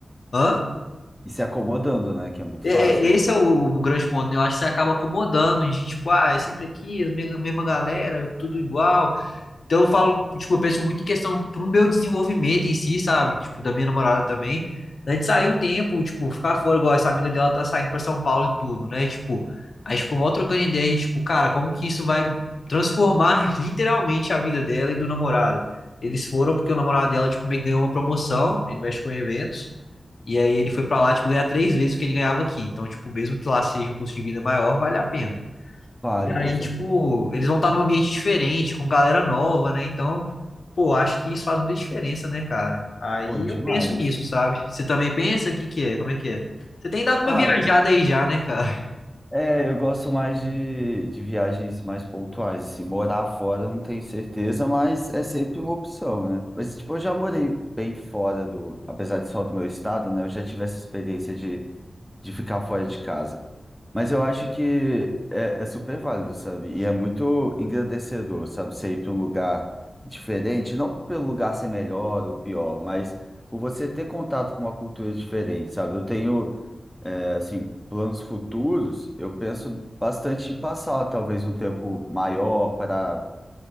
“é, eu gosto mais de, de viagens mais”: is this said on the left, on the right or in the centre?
Centre